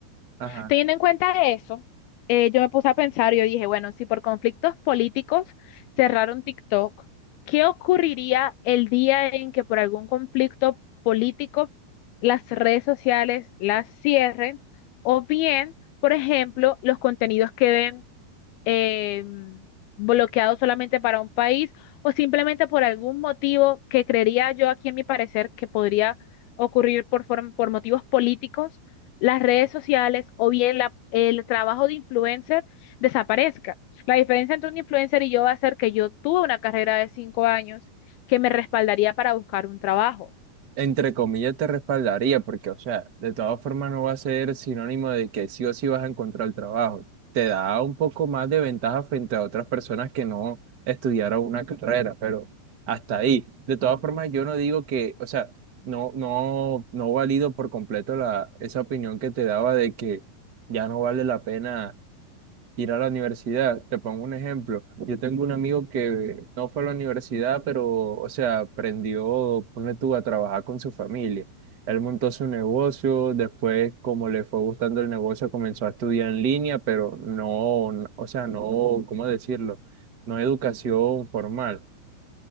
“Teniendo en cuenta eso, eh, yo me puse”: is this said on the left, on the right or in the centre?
Left